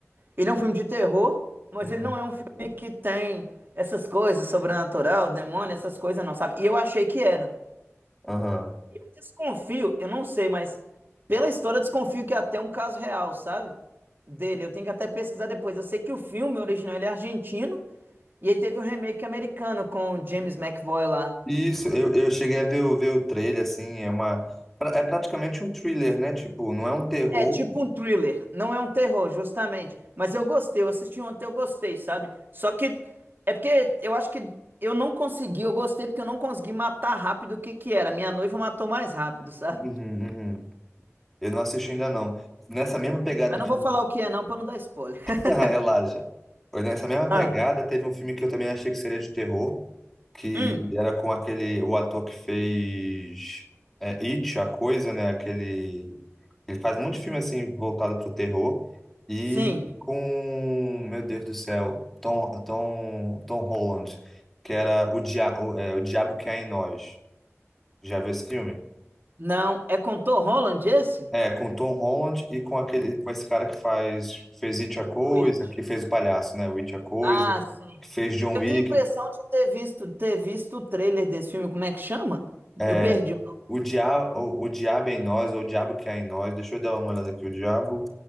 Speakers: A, on the right (about 45°); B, in the centre.
A: Ele é um filme de terror, mas
B: uhum.
A: ele não é um filme que tem essas coisas, sobrenatural, demônio, essas coisas, não, sabe? E eu achei que era.
B: Aham.
A: Eu desconfio, eu não sei, mas pela história eu desconfio que é até um caso real, sabe? Dele. Eu tenho que até pesquisar depois. Eu sei que o filme original ele é argentino, e aí teve um remake americano com o James McAvoy lá.
B: Isso, eu, eu cheguei a ver, o- ver o trailer, assim, é uma... pra- É praticamente um thriller, né? Tipo, não é um terror.
A: É tipo um thriller, não é um terror, justamente. Mas eu gostei, eu assisti ontem, eu gostei, sabe? Só que é porque eu acho que eu não consegui, eu gostei porque eu não consegui matar rápido o que que era. Minha noiva matou mais rápido, sabe?
B: Uhum, uhum. Eu não assisti ainda, não. Nessa mesma pegada
A: Mas não
B: de...
A: vou falar o que é não pra não dar spoiler. <laughs>
B: <laughs> Ah, Relaxa. Nessa mesma pegada,
A: Ah,
B: teve um filme que eu também achei que seria de terror, que
A: hum,
B: era com aquele, o ator que fez é, It, a coisa, né? Aquele, ele faz muito filme assim voltado para o terror e
A: sim.
B: com, meu Deus do céu, Tom, Tom, Tom Holland, que era o, Dia, o, é, o Diabo que Há em Nós. Já viu esse filme?
A: Não, é com Tom Holland esse?
B: É, com Tom Holland e com aquele, com esse cara que faz, fez It a Coisa,
A: O It.
B: que fez o palhaço, né? O It a Coisa,
A: Ah, sim.
B: que fez John
A: Eu
B: Wick,
A: tenho a impressão de ter visto, ter visto o trailer desse filme, como é que chama?
B: É,
A: Eu perdi o nome.
B: o, dia, o, o diabo é em nós, ou o diabo que há em nós. Deixa eu dar uma olhada aqui. O diabo